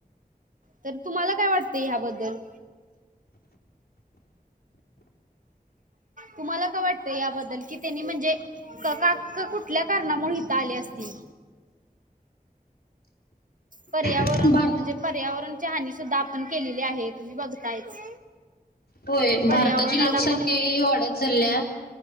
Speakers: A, on the right; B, on the left.
A: तर तुम्हाला काय वाटतं ह्या बद्दल? तुम्हाला काय वाट ते याबद्दल? कि त्यांनी म्हणजे क का कुठल्या कारणामुळे हित आले असतील? पर्यावरण
B: एकदम भारत
A: म्हणजे पर्यावरणची हानी सुद्धा आपण केलेली आहे, तुम्ही बघतायच.
B: होय
A: पर्यावरणाला
B: भारताची लोकसंख्या
A: आपण
B: ही वाढत चाललीया.